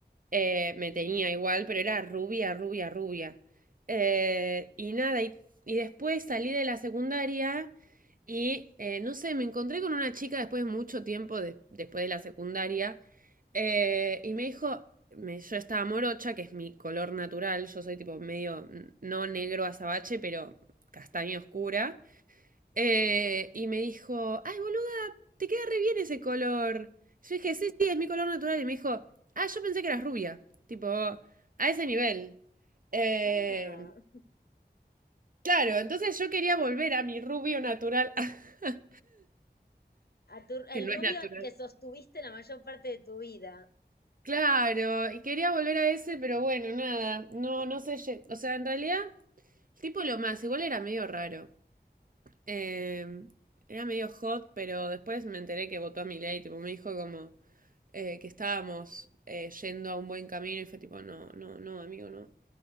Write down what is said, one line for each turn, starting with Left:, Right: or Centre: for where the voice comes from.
Right: Eh, me tenía igual, pero era rubia, rubia, rubia. Eh, y nada, y, y después salí de la secundaria y eh, no sé, me encontré con una chica después de mucho tiempo, de- después de la secundaria, eh, y me dijo, me- yo estaba morocha, que es mi color natural, yo soy tipo medio, mm, no negro azabache, pero castaña oscura. Eh, y me dijo, ay, boluda, te queda re bien ese color. Yo dije, sí, sí, es mi color natural. Y me dijo, ah, yo pensé que eras rubia. Tipo, a ese nivel. Eh,
Left: Ah, <laughs>
Right: claro, entonces yo quería volver a mi rubio natural, <laughs>
Left: A tu-
Right: que
Left: el
Right: no
Left: rubio
Right: es natural.
Left: que sostuviste la mayor parte de tu vida.
Right: Claro, y quería volver a ese, pero bueno, nada, no, no sé, lle- o sea, en realidad, el tipo lo más, igual era medio raro. Eh, era medio hot, pero después me enteré que votó a Milei, tipo, me dijo como, eh, que estábamos eh, yendo a un buen camino y fue tipo, no, no, no, amigo, no.